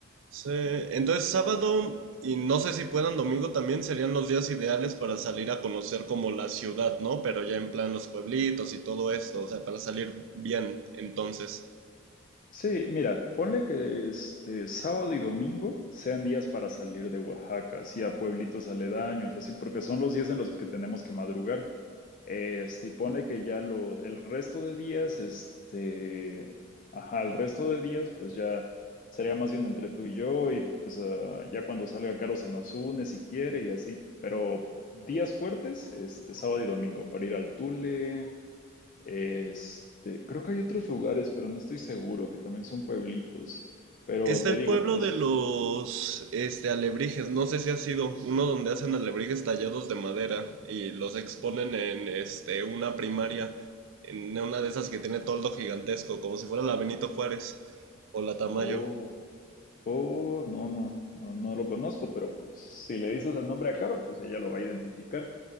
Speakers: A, on the right (about 65°); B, on the left (about 40°).
A: Sí, entonces sábado y no sé si puedan domingo también serían los días ideales para salir a conocer como la ciudad, ¿no? Pero ya en plan los pueblitos y todo esto, o sea, para salir bien entonces.
B: Sí, mira, ponle que este sábado y domingo sean días para salir de Oaxaca, así a pueblitos aledaños, así porque son los días en los que tenemos que madrugar. Este, y ponle que ya lo, el resto de días, este, ajá, el resto de días, pues ya sería más bien entre tú y yo, y pues ah, ya cuando salga Caro se nos une si quiere y así. Pero días fuertes, este, sábado y domingo, para ir al Tule, este, creo que hay otros lugares, pero no estoy seguro, que también son pueblitos. Pero
A: Está
B: te
A: el
B: digo,
A: pueblo
B: eso.
A: de los este alebrijes, no sé si ha sido uno donde hacen alebrijes tallados de madera y los exponen en este una primaria, en una de esas que tiene toldo gigantesco, como si fuera la Benito Juárez o la Tamayo.
B: Oh, oh, no, no, no, no lo conozco, pero pues si le dices el nombre a Caro, pues ella lo va a identificar.